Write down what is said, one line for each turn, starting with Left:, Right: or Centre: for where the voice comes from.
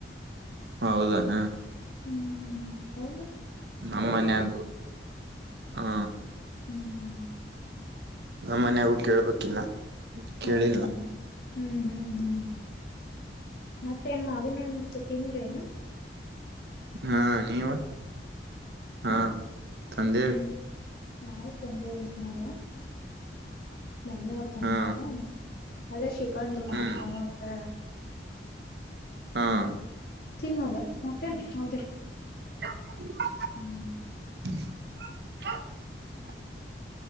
Right: ಹ ಹೌದಾನ
Left: ಹ್ಮ್ ಹೌ
Right: ನಮ್ಮಮನ್ಯಾಗು ಹಾ
Left: ಹ್ಮ್
Right: ನಮ್ಮ ಮನ್ಯಾಗೂ ಕೇಳ್ಬೇಕಿನ್ನ ಕೇಳಿಲ್ಲ
Left: ಹೌದೇನು ಹ್ಮ್ ಹ್ಮ್ ಹ್ಮ್ ಮತ್ತೇ ನ ಮಾವಿನ ಹಣ್ಣತಿಂದ್ರೇನ್
Right: ಹಾ ನೀವು ಹಾ ತಂದೆವೀ
Left: ಹ್ಮ್ ನಾವು ತಂದೇವ ನೋಡ ಮಮ್ಮಿ ಅವ್ರ ತಂದಾರ
Right: ಹಾ
Left: ಅದ ಶ <unintelligible> ಕಂಡು ಮಾಡ್ಕೊಂಡಟೆ
Right: ಹ್ಮ್ ಹಾಂ
Left: ತಿನ್ನದ ಮತ್ತೇನ್ ಹೌದಲ್ಲ
Right: <unintelligible>
Left: ಹ್ಮ್
Right: <unintelligible>